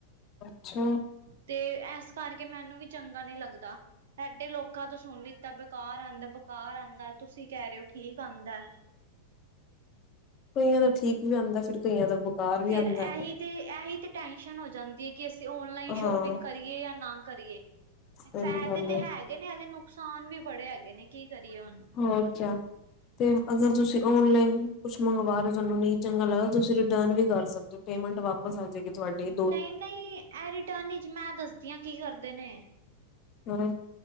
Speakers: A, on the left (about 30°); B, on the right (about 85°).
A: ਅੱਛਾ।
B: ਤੇ ਐਸ ਕਰਕੇ ਮੈਨੂੰ ਵੀ ਚੰਗਾ ਨੀ ਲੱਗਦਾ। ਇਡੇ ਲੋਕਾਂ ਤੋਂ ਸੁਨ ਲਿੱਤਾ ਬੇਕਾਰ ਆਂਦਾ ਬੇਕਾਰ ਆਂਦਾ ਤੁਸੀਂ ਕਹਿ ਰਹੇ ਹੋ ਠੀਕ ਆਂਦਾ।
A: ਕਈਆਂ ਦਾ ਠੀਕ ਵੀ ਆਂਦਾ ਫਿਰ ਕਈਆਂ ਦਾ ਬੇਕਾਰ। ਵੀ
B: ਫਰ
A: ਆਂਦਾ
B: ਐਹੀ
A: ਹੈਗਾ
B: ਤੇ ਐਹੀ ਤੇ ਟੈਸ਼ਨ ਹੋ ਜੈਂਦੀ ਏਕਿ ਅਸੀਂ ਔਨਲਾਈਨ
A: ਹਾਂ
B: ਸ਼ੋਪਿੰਗ ਕਰੀਏ ਜਾਂ ਨਾ ਕਰੀਏ।
A: ਸਹੀ
B: ਫਾਇਦੇ
A: ਗੱਲ
B: ਤੇ
A: ਏ
B: ਹੈਗੇ ਨੇ। ਇਹਦੇ ਨੁਕਸਾਨ ਵੀ ਬੜੇ ਹੈਗੇ ਨੇ ਕੀ ਕਰੀਏ ਹੁਨ
A: ਹੋਰ ਕਿਆ ਤੇ ਅਗਰ ਤੁਸੀਂ ਔਨਲਾਈਨ ਕੁਛ ਮੰਗਵਾ ਰਹੇ ਤੁਹਾਨੂੰ ਨਹੀਂ ਚੰਗਾ ਲੱਗਦਾ। ਤੁਸੀਂ ਰਿਟਰਨ ਵੀ ਕਰ ਸਕਦੇ ਹੋ। ਪੇਮੈਂਟ ਵਾਪਸ ਬਸ ਆ ਜਾਏਗੀ। ਤੁਹਾਡੇ
B: ਨਹੀਂ, ਨਹੀਂ ਇਹ ਰਿਟਰਨ ਚ ਮੈਂ ਦੱਸਦੀ ਹਾਂ ਕੀ ਕਰਦੇ ਨੇ
A: ਸੋਰੇ।